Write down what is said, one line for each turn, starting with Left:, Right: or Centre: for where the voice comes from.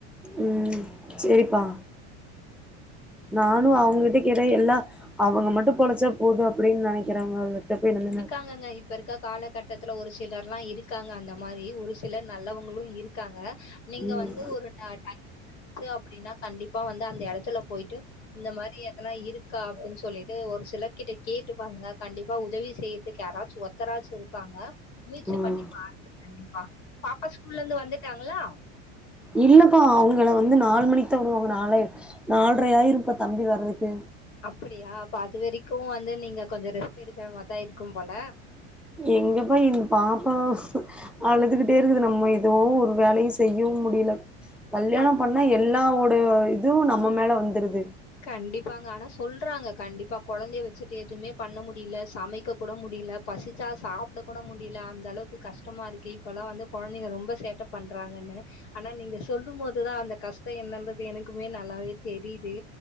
Centre: ம் செரிபா நானும் அவுங்கிட்ட கேட்ட எல்லா அவங்க மட்டு பொலச்சாப் போதும் அப்டின் நெனைக்கற வங்லட்ட போய் நம்ம இனா சொ
Left: அங்கங்க இப்ப இருக்கக் காலகட்டத்துல ஒரு சிலர்ல்லா இருக்காங்க அந்த மாரி ஒரு சிலர் நல்லவங்ளு இருக்காங்க நீங்க
Centre: ம்
Left: வந்து ஒரு அ டைம் எடுத்து அப்டின்னா கண்டிப்பா வந்து அந்த எடத்துல போய்ட்டு இந்த மாரி எதனா இருக்கா அப்டின் சொல்லிடு ஒரு சிலர்கிட்ட கேட்டு பாருங்க கண்டிபா உதவி செய்துக்கு யாராச்சு ஒத்தராச்சு இருப்பாங்க முயச்சி
Centre: ம்
Left: பண்ணி பாருங்க கண்டிப் பா பாப்பா ஸ்கூல்லந்து வந்துட்டாங்ளா
Centre: இல்லப்பா அவங்கள வந்து நால் மணிக்கு தா உடுவாங்க நால நால்ட்ர ஆயிரும்ப்பா தம்பி வர்றதுக்கு
Left: அப்படியா அப்ப அது வரைக்கு வந்து நீங்க கொஞ்ச ரெஸ்ட் எடுக்குற மரிதா இருக்கும் போல
Centre: எங்கப்பா என் பாப்பா அலுதுகிட்டே இருக்குது நம்ம ஏதோ ஒரு வேல செய் செய்யவு முடில கல்யாணம்
Left: ஆனா
Centre: பண்ணா எல்லாவோட இதுவு நம்ம மேல வந்துருது
Left: கண்டிப்பாங்க ஆனா சொல்றாங்க கண்டிபா கொழந்தைய வச்சிட்டு எதுவுமே பண்ண முடியல சமைக்க கூட முடில பசிச்சா சாப்பட கூட முடில அந்த அளவுக்கு கஷ்டமா இருக்கு இப்பல்லா வந்து கொழந்தைங்க ரொம்ப சேட்ட பண்றாங்கன்னு ஆனா நீங்க சொல்லும் போதுதா அந்த கஷ்ட என்னன்றது எனக்குமே நல்லாவே தெரியுது